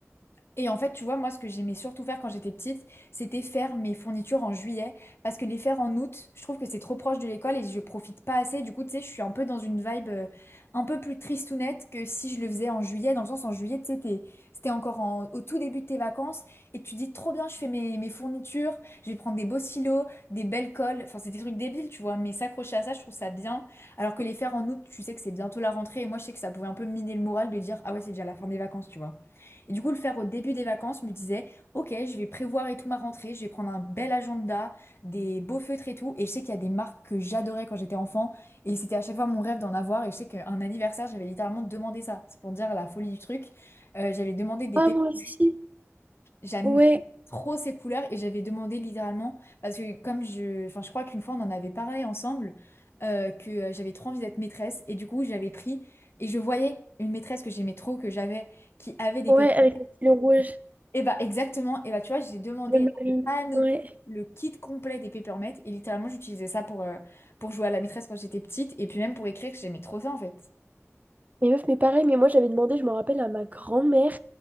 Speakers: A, on the left; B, on the right.
A: et en fait, tu vois, moi, ce que j'aimais surtout faire quand j'étais petite, c'était faire mes fournitures en juillet, parce que les faire en août, je trouve que c'est trop proche de l'école et je profite pas assez. Du coup, tu sais, je suis un peu dans une vibe euh, un peu plus tristounette que si je le faisais en juillet, dans le sens en juillet, tu sais, t'es- c'était encore en- au tout début de tes vacances et tu dis trop bien, je fais mes, mes fournitures, je vais prendre des beaux silos, des belles colles, enfin, c'est des trucs débiles, tu vois, mais s'accrocher à ça, je trouve ça bien. Alors que les faire en août, tu sais que c'est bientôt la rentrée et moi, je sais que ça pouvait un peu miner le moral de dire, ah ouais, c'est déjà la fin des vacances, tu vois. Et du coup, le faire au début des vacances, je me disais, ok, je vais prévoir et tout ma rentrée, je vais prendre un bel agenda, des beaux feutres et tout. Et je sais qu'il y a des marques que j'adorais quand j'étais enfant, et c'était à chaque fois mon rêve d'en avoir. Et je sais qu'un anniversaire, j'avais littéralement demandé ça. C'est pour dire la folie du truc. Euh, j'avais demandé des
B: Ah,
A: pépites,
B: moi aussi.
A: j'aime
B: Ouais,
A: trop ces couleurs, et j'avais demandé littéralement, parce que comme je, enfin, je crois qu'une fois on en avait parlé ensemble, euh, que euh, j'avais trop envie d'être maîtresse, et du coup, j'avais pris, et je voyais une maîtresse que j'aimais trop, que j'avais, qui avait des
B: Ouais,
A: pépites.
B: avec le stylo rouge,
A: Et bah exactement, et bah tu vois, j'ai demandé
B: le marine.
A: la panoplie,
B: ouais.
A: le kit complet des Papermate, et littéralement j'utilisais ça pour, euh, pour jouer à la maîtresse quand j'étais petite, et puis même pour écrire, j'aimais trop ça en fait.
B: Mais meuf, mais pareil, mais moi j'avais demandé, je me rappelle à ma grand-mère,